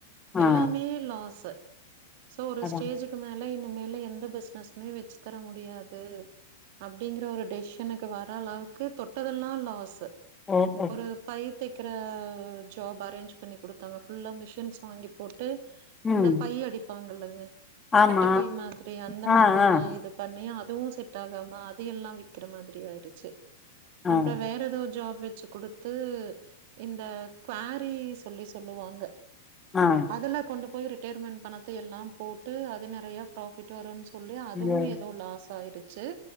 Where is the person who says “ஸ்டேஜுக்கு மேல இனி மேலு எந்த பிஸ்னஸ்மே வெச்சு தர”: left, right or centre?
Right